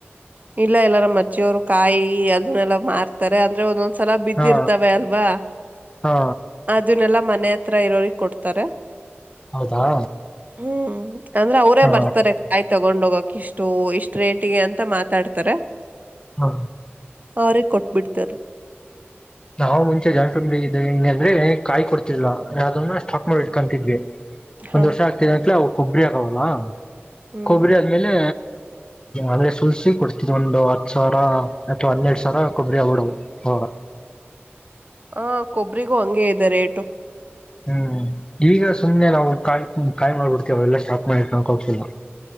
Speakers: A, on the right; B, on the left.
A: ಇಲ್ಲ ಎಲ್ಲಾರ ಅಜ್ಜಿಯವ್ರು ಕಾಯಿ ಅದನ್ನೆಲ್ಲ ಮಾರ್ತಾರೆ ಅಂದ್ರೆ ಒಂದೊ ಸಲ ಬಿದ್ದಿರ್ತವೆ
B: ಹಾ
A: ಅಲ್ವಾ
B: ಹಾ
A: ಅದನ್ನೆಲ್ಲ ಮನೆ ಹತ್ರ ಇರೋರಿಗೆ ಕೊಡ್ತಾರೆ
B: ಹೌದಾ
A: ಹ್ಮ್ ಅಂದ್ರೆ ಅವರೇ
B: ಹಾ
A: ಬರ್ತಾರೆ ಕಾಯಿ ತಗೊಂ ನೋಗಕ ಇಷ್ಟು ಇಷ್ಟ್ ರೇಟಿಗೆ ಅಂತ ಮಾತ್ರ ಮಾತಾಡ್ತಾರ
B: ಹಾ
A: ಅವ್ರೆ ಕೊಟ್ಬಿಡ್ತಾರ
B: ನಾವು ಮುಂಚೆ ಜಾಟುಂಡ್ ಬ ಇದಿದ್ದೇವೆ ಹಗೆ ಅಂದ್ರೆ ಕಾಯ್ ಕೊಡ್ತಿಲ್ಲ ಯಾದನ್ನ ಕಟ್ ಇಟ್ ಕಂತಿದ್ವಿ
A: ಹಾ
B: ಒಂದ್ ವರ್ಷ ಆಗ್ತನ ಅಂತ್ಲೇ ಕೊಬ್ರಿ ಅದವಲ್ಲ
A: ಹ್ಮ್
B: ಕೊಬ್ಬರಿ ಆದ್ಮೇಲೆ ಅಂದ್ರೆ ಸುಲ್ಸಿ ಕೊಡ್ತಿದ್ ಒಂದು ಹತ್ ಸಾವಿರ ಅಥವಾ ಹನ್ನೆರಡ್ ಸಾವಿರ ಕೊಬ್ರಿ ಅವಡ ಹೋಗ
A: ಹ ಕೊಬ್ಬರಿಗೂ ಹಂಗೆ ಇದ್ದಾರೆ ಏಟು
B: ಹ್ಮ್ ಈಗ ಸುಮ್ಮನೆಲ್ಲ ಅವ ಕಾಯ ಕಾಯ ಮಾಡ್ಬಿಡ್ತಿವಿ ಅವೆಲ್ಲ ಸ್ಟಾಕ್ ಮಾಡಿ ಇಟ್ಕೋತ್ತಿಲ್ಲ.